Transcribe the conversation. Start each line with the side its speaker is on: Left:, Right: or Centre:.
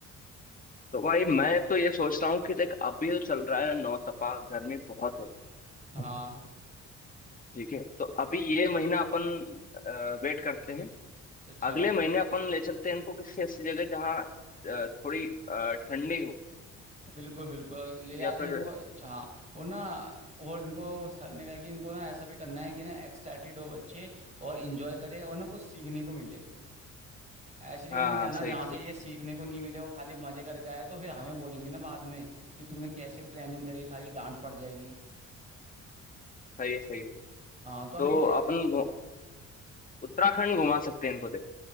Left: तो भाई मैं तो ये सोच रहा हूँ कि देख अभी तो चल रहा है नौ तपा गर्मी बहुत है
Right: हाँ
Left: ठीक है तो अभी ये महीना अपन वेट करते हैं
Right: अच्छा
Left: अगले महीने अपन ले चलते हैं इनको किसी ऐसी जगह जहाँ अ, थोड़ी अ, ठंडी हो
Right: बिल्कुल बिल्कुल ले जाते
Left: या फिर
Right: हैं इनको हाँ वो ना और इनको सर ने कहा कि इनको ना ऐसा भी करना है कि ना एक्साइटेड हो बच्चे और इंजॉय करे और ना कुछ सीखने को मिले ऐसी जगह
Left: हाँ
Right: नहीं ले
Left: हाँ
Right: जाना
Left: सही
Right: जहाँ
Left: सही
Right: से ये सीखने को नहीं मिले वो खाली मजे करके आए तो फिर हमें बोलेंगे ना बाद में कि तुमने कैसे प्लानिंग करी खाली डांट पड़ जाएगी
Left: सही है सही है
Right: हाँ तो हम
Left: तो
Right: कुछ
Left: अपन घु- उत्तराखंड घुमा सकते हैं इनको देख